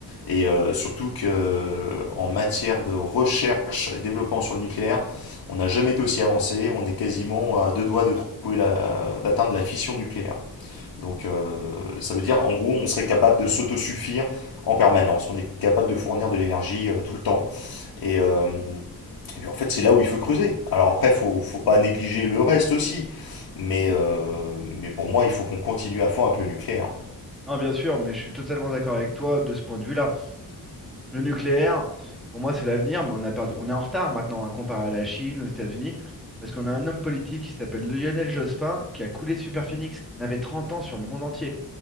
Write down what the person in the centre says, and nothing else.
Non, bien sûr, mais je suis totalement d'accord avec toi de ce point de vue-là. Le nucléaire, pour moi, c'est l'avenir, mais on a perdu, on est en retard maintenant, hein, comparé à la Chine, aux États-Unis, parce qu'on a un homme politique qui s'appelle Lionel Jospin, qui a coulé Superphénix. On avait 30 ans sur le monde entier.